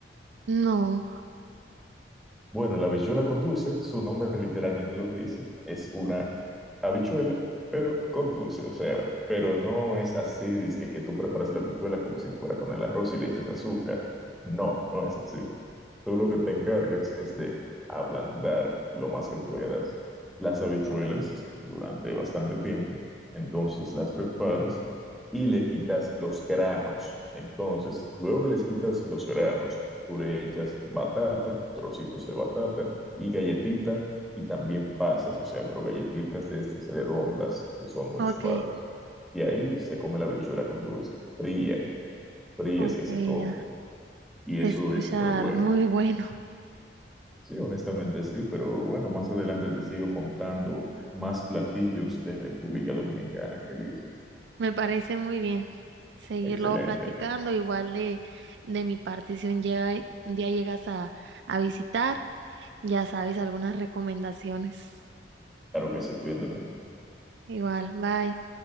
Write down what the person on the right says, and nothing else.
No,
ok,
ok,
ya.
Se
escucha
muy bueno.
Me parece muy bien seguirlo
platicando. Igual de, de mi parte, si un día, un día llegas a, a visitar, ya sabes algunas recomendaciones.
Igual, bye.